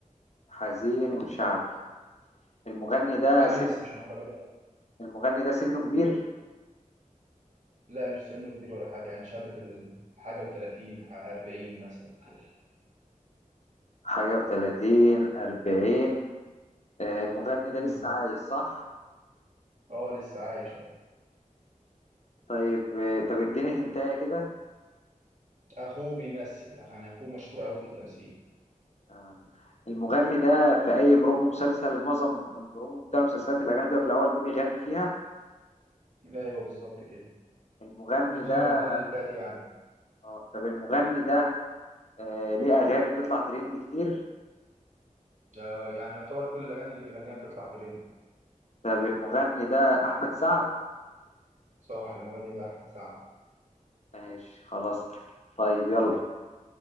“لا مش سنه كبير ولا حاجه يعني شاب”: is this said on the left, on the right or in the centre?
Right